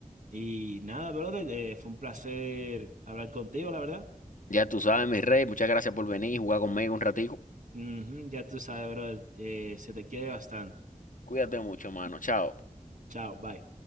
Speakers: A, on the right; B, on the left.
A: Y nada, brother, eh, fue un placer hablar contigo, la verdad.
B: Ya tú sabes, mi rey, muchas gracias por venir y jugar conmigo un ratico.
A: Ujú, ya tú sabes, brother, eh, se te quiere bastante.
B: Cuídate mucho, mano. Chao.
A: Chao, bye.